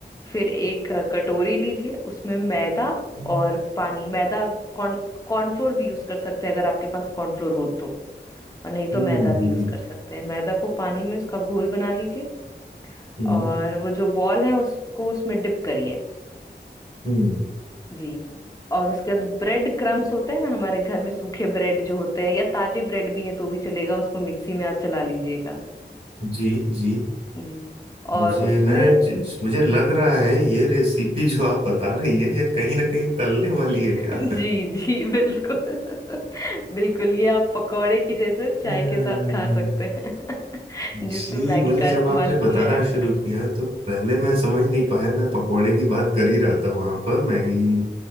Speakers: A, on the left; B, on the right.
A: फिर एक अ, कटोरी लीजिए उसमें मैदा
B: हम्म
A: और पानी मैदा कॉर्न कॉर्नफ्लोर भी यूज कर सकते हैं अगर आपके पास कॉर्नफ्लोर हो तो और नहीं तो
B: हम्म
A: मैदा भी यूज कर सकते हैं मैदा को पानी में उसका घोल बना लीजिए
B: हम्म
A: और वो जो बॉल है उसको उसमें डिप करिए
B: हम्म
A: जी और उसके बाद ब्रेड क्रम्स होते हैं ना हमारे घर में सूखे ब्रेड जो होते हैं या ताजे ब्रेड भी हैं तो भी चलेगा उसको मिक्सी में आप चला लीजिएगा
B: जी जी
A: जी
B: मुझे
A: और उसमें
B: मैं ज- मुझे
A: जी
B: लग रहा है ये रेसिपी जो आप बता रही है ये कहीं ना कहीं तलने वाली है
A: <laughs>
B: क्या
A: जी जी बिल्कुल <laughs> बिल्कुल ये आप पकौड़े की जैसे चाय
B: हम्म,
A: के साथ खा सकते हैं <laughs> जिसमें
B: जी
A: मैगी
B: मुझे
A: का
B: जब
A: इस्तेमाल
B: आपने बताना
A: किया है
B: शुरू किया तो पहले
A: <laughs>
B: मैं समझ नहीं पाया मैं पकोड़े की बात कर ही रहा था वहां पर मैगी